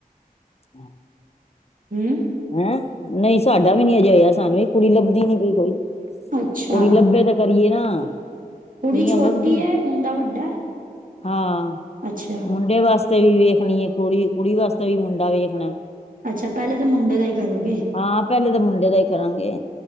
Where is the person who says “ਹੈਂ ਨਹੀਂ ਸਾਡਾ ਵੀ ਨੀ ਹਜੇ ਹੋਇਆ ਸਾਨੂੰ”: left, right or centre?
Left